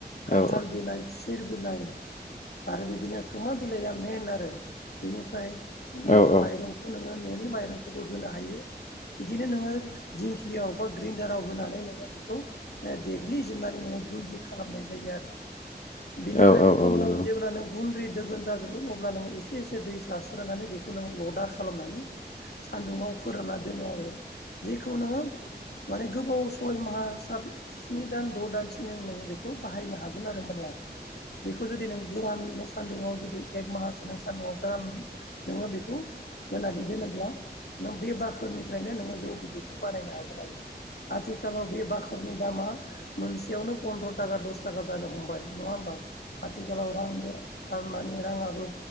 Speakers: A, on the left (about 45°); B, on the left (about 65°).
A: औ
B: खान्थाल
A: नंगौ औ
B: बिलाइ खुसि थिर बिलाइ आरो बिदिनो खोमा बिलाइया मेन आरो बिनिफ्राय नोङो
A: औ नंगौ औ
B: माइरंखौ नोङो न'नि माइरंखौबो होनो हायो बिदिनो नोङो दिंखियाव बा ग्रिडाराव होनानै नोङो बेखौ देग्लिजोबनानै नोङो गुन्द्रि खालामनाय जायो आरो
A: औ
B: बिनिफ्राय बेखौनो जेब्लानो गुन्द्रि दोगोन जाजोबगोन अब्ला नोङो इसे इसे दै सारस्रायानै बेखौ नोङो लदा खालामनानै सान्दुङाव फोरानना दोनो आरो जेखौ नोङो माने गोबाव सय माहा सत स्नि दान द' दानसिनि नोङो बेखौ बाहायनो हागोन आरो होमबानिया बेखौ जुदि नों गोरान बा सानदुंआव एक माहासो नों सान्दुंआव गोरान नोङो बेखौ होनानै दोनोब्ला नों बे बाखोरनिफ्रायनो नोङो जौ बिदिख- खौ बानायनो हागोन आरो आथिखालाव बे बाखलनि दामा मोनसेयावनो पनन्द्र' थाखा दस थाखा जानो हमबाय नङा होमबा? आथिखालाव <unintelligible> मानि राङाबो